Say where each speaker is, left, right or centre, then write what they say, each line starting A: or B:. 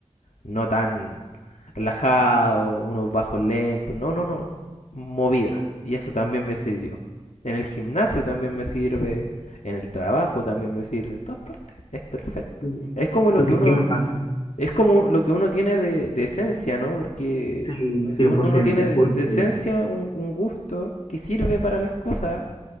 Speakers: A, on the left; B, on the left.
A: no tan relajado, unos bajos lentos, no, no, no, movida. Y eso también me sirvió. En el gimnasio también me sirve, en el trabajo también me sirve, en todas partes. Es perfecto.
B: Ujú.
A: Es como lo
B: Entonces,
A: que uno,
B: ¿qué me pasa?
A: es como lo que uno tiene de, de esencia, ¿no? Porque
B: Sí,
A: eh,
B: cien
A: un-
B: por
A: uno
B: ciento
A: tiene de
B: porque
A: de esencia un, un gusto que sirve para las cosas